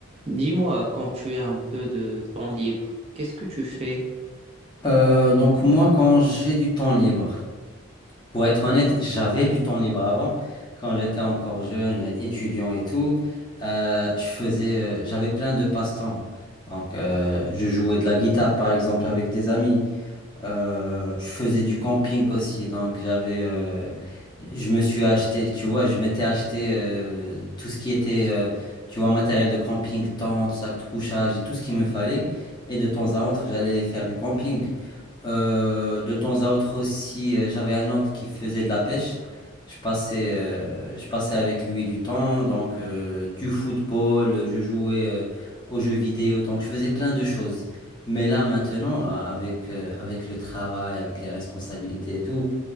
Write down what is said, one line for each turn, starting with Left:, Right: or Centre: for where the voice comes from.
Right: Dis-moi, quand tu as un peu de temps libre, qu'est-ce que tu fais?
Left: Euh, donc moi, quand j'ai du temps libre, pour être honnête, j'avais du temps libre avant, quand j'étais encore jeune, étudiant et tout, euh, je faisais, euh, j'avais plein de passe-temps. Donc euh, je jouais de la guitare par exemple avec des amis, euh, je faisais du camping aussi, donc j'avais, euh, je me suis acheté, tu vois, je m'étais acheté euh, tout ce qui était, euh, tu vois, matériel de camping, tente, sac de couchage et tout ce qu'il me fallait. Et de temps à autre, j'allais faire du camping. Euh, de temps à autre aussi, euh, j'avais un oncle qui faisait de la pêche. Je passais, euh, je passais avec lui du temps, donc euh, du football, je jouais euh, aux jeux vidéo, donc je faisais plein de choses. Mais là, maintenant, a- avec, euh, avec le travail, avec les responsabilités et tout,